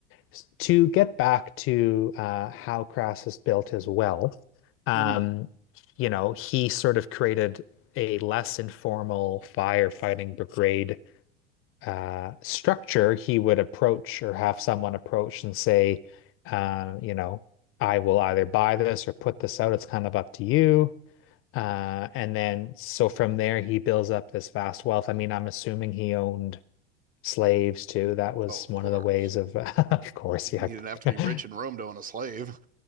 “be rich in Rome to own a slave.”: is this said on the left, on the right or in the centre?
Right